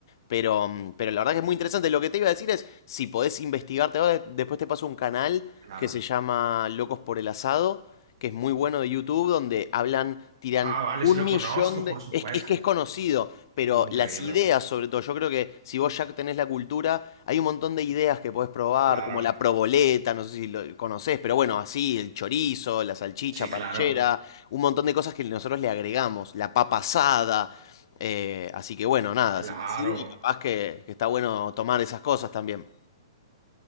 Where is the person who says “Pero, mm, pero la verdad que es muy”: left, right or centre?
Left